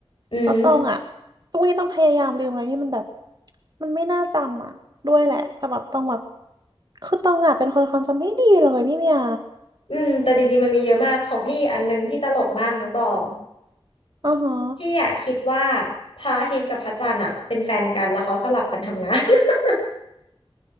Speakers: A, on the left; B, on the right.
A: อืม
B: แล้วตองอ่ะทุกวันนี้ต้องพยายามลืมอะไรที่มันแบบมันไม่น่าจำอ่ะด้วยแหละแต่แบบต้องแบบคือตองอ่ะเป็นคนความจำไม่ดีเลยพี่เมีย
A: อืมแต่จริงๆมันมีเยอะมากของพี่อันนึงที่ตลกมากน้องตอง
B: อือฮะ
A: พี่อะคิดว่าพระอาทิตย์กับพระจันทร์อะเป็นแฟนกันแล้วเขาสลับกันทำงาน <laughs>